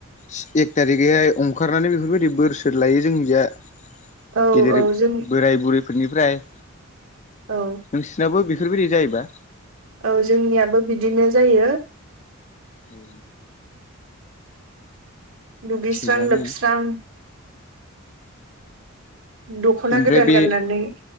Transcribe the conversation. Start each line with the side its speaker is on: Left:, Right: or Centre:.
Left: सि एक थारिखैहाय अंखारनानै बेफोरबायदि बोर सोर लायो जों निजा
Right: औ
Left: गेदेर
Right: औ जों
Left: बोराय बुरैफोरनिफ्राय
Right: औ
Left: नोंसिनाबो बेफोरबायदि जायोबा
Right: औ जोंनियाबो बिदिनो जायो
Left: औ
Right: दुगैस्रां
Left: थिगानो
Right: लोबस्रां दख'ना
Left: ओमफ्राय
Right: गोदान
Left: बे
Right: गाननानै